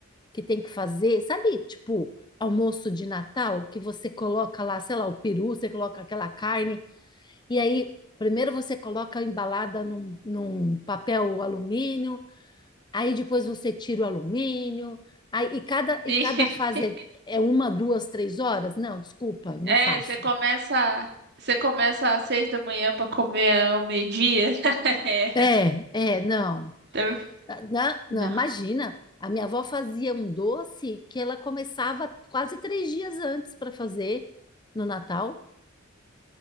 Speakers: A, on the left; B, on the right.
A: que tem que fazer, sabe? Tipo, almoço de Natal, que você coloca lá, sei lá, o peru, você coloca aquela carne, e aí primeiro você coloca embalada num, num papel alumínio, aí depois você tira o alumínio, aí, e cada, e
B: Sim.
A: cada fase
B: <laughs>
A: é, é uma, duas, três horas? Não, desculpa, não
B: É,
A: faço.
B: você começa, você começa às seis da manhã para comer ao meio-dia. <laughs> É.
A: É, é, não.
B: Então,
A: Não,
B: Não,
A: não, imagina. A minha avó fazia um doce que ela começava quase três dias antes para fazer no Natal.